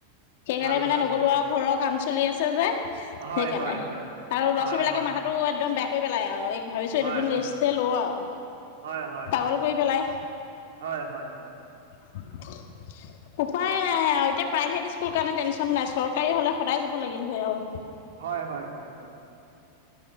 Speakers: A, on the left; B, on the right.
A: সেইকাৰণে
B: ভাল
A: মানে
B: ভাল
A: নগলো
B: ভাল
A: আউ ঘৰৰ কাম চলি আছে যে সেইকাৰণে
B: হয় হয় হয়
A: আৰু ল'ৰা
B: হয়
A: ছোৱালবিলাকে
B: হয়
A: মাথা একদম বেয়া কই পেলাই আউ এই ভাবিছোঁ
B: হয়
A: এই দুদিন
B: হয় হয়
A: লেষ্টে লওঁ আউ
B: হয় হয়
A: পাগল
B: হয়
A: কই পেলায়।
B: হয়, হয়, হয়।
A: উম। উপায়ে নাই আউ এতিয়া প্ৰাইভেট স্কুল কাৰণে টেনচন নাই, চৰকাৰী হলে সদায় যাব লাগিল হয় আউ
B: হয়, হয়, হয়, হয়।